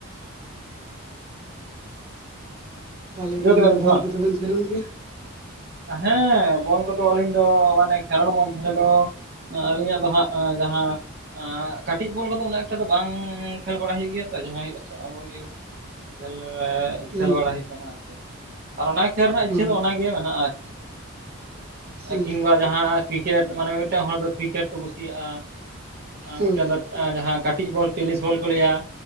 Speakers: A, on the right; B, on the right.
A: ᱛᱟᱦᱚᱞᱮ
B: ᱵᱩᱡᱷᱟᱹᱣ
A: ᱠᱷᱟᱱ
B: ᱠᱮᱫᱟ ᱵᱤᱱ
A: ᱵᱚᱞ
B: ᱥᱮ ᱵᱟᱝ
A: ᱠᱚᱫᱚ ᱵᱤᱱ ᱠᱷᱮᱞᱳᱱ ᱜᱤᱭᱟ?
B: ᱦᱮᱸ ᱵᱚᱞ ᱠᱚᱫᱚ ᱟᱹᱞᱤᱧ ᱫᱚ ᱢᱟᱱᱮ ᱠᱷᱮᱞᱳᱰ ᱢᱚᱫᱽᱫᱷᱮ ᱨᱮᱫᱚ ᱟᱹᱞᱤᱧᱟᱜ ᱫᱚ ᱦᱟᱸᱜ ᱡᱟᱦᱟᱸ ᱟᱸ ᱠᱟᱹᱴᱤᱡ ᱵᱚᱞ ᱠᱚᱫᱚ ᱩᱱᱟᱹᱜ ᱮᱠᱴᱟ ᱫᱚ ᱵᱟᱝ ᱠᱷᱮᱞ ᱵᱟᱲᱟ ᱦᱩᱭᱩᱜ ᱜᱮᱭᱟ ᱛᱚ᱾ ᱡᱟᱦᱟᱸ ᱦᱩᱭᱩᱜᱼᱟ ᱥᱮᱬᱟ ᱵᱚᱞ ᱜᱮ ᱠᱷᱮᱞ
A: ᱦᱩᱸ
B: ᱠᱷᱮᱞ ᱵᱟᱲᱟ ᱦᱩᱭᱩᱜ ᱠᱟᱱᱟ ᱟᱨᱠᱤ ᱟᱨ ᱚᱱᱟ ᱠᱷᱮᱞ ᱨᱮᱱᱟᱜ
A: ᱦᱩᱸ
B: ᱤᱪᱪᱷᱟᱹ ᱫᱚ ᱚᱱᱟᱜᱮ ᱢᱮᱱᱟᱜᱼᱟ ᱟᱨᱠᱤ᱾
A: ᱦᱩᱸ
B: ᱠᱤᱝᱵᱟ ᱡᱟᱦᱟᱸ ᱠᱨᱤᱠᱮᱴ ᱢᱟᱱᱮ ᱢᱤ-ᱢᱤᱫᱴᱟᱝ ᱦᱚᱲ ᱫᱚ ᱠᱨᱤᱠᱮᱴ ᱠᱚ ᱠᱩᱥᱤᱭᱟᱜᱼᱟ ᱟᱨ
A: ᱦᱳᱭ
B: ᱢᱤᱫᱴᱟᱝ ᱫᱚ ᱡᱟᱦᱟᱸ ᱠᱟᱹᱴᱤᱡ ᱵᱚᱞ ᱴᱮᱞᱤᱥ ᱵᱚᱞ ᱠᱚ ᱞᱟᱹᱭᱟ᱾